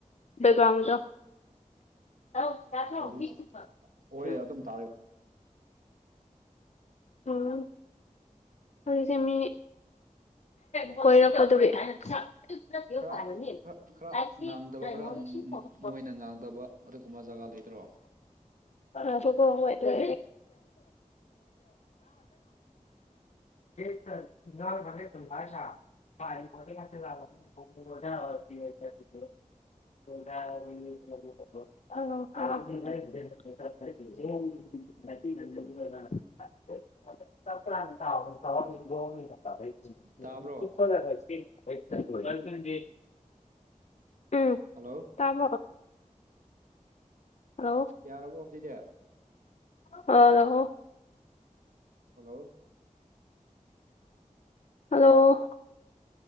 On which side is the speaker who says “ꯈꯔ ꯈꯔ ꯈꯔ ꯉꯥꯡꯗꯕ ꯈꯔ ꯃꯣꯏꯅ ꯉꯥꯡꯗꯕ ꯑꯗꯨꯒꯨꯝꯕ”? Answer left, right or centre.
Right